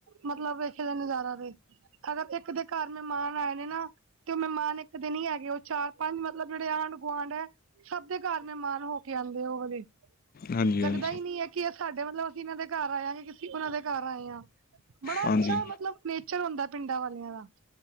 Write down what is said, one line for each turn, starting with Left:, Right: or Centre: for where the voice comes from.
Right: ਮਤਲਬ ਏਥੇ ਦਾ ਨਜ਼ਾਰਾ ਦੇਖਕੇ ਅਗਰ ਇੱਕ ਦੇ ਘਰ ਮਹਿਮਾਨ ਆਏ ਨੇ ਨਾ ਤੇ ਓ ਮਹਿਮਾਨ ਇੱਕ ਦਿਨ ਨੀ ਹੈਗੇ, ਓ ਚਾਰ-ਪੰਜ ਮਤਲਬ ਜੇੜੇ ਆਂਢ-ਗੁਆਂਢ ਐ ਸਭ ਦੇ ਘਰ ਮਹਿਮਾਨ ਹੋ ਕੇ ਆਂਦੇ ਐ ਓ ਵਾਲੇ।
Left: ਹਾਂਜੀ
Right: ਲੱਗਦਾ
Left: ਹਾਂਜੀ
Right: ਈ ਨੀ ਐ ਕੀ ਐ ਸਾਡੇ ਮਤਲਬ ਅਸੀਂ ਇਨਾਂ ਦੇ ਘਰ ਆਏ ਆ ਕੇ ਅਸੀਂ ਓਨਾਂ ਦੇ ਘਰ ਆਏ ਆਂ। ਬੜਾ
Left: ਹਾਂਜੀ
Right: ਅੱਛਾ ਮਤਲਬ ਨੇਚਰ ਹੁੰਦੈ ਪਿੰਡਾਂ ਵਾਲਿਆਂ ਦਾ।